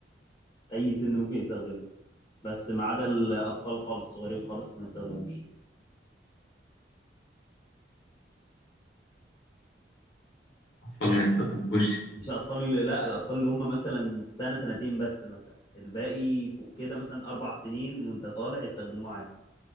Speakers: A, on the left (about 25°); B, on the left (about 70°).
A: اي سن ممكن يستخدمه بس ما عدا الاطفال خالص الصغيرين خالص ما يستخدموش
B: أطفال ما يستخدموش
A: مش الاطفال لا الاطفال اللي هم مثلا سنه سنتين بس مثلا الباقي فوق كده مثلا اربع سنين وانت طالع يستخدموه عادي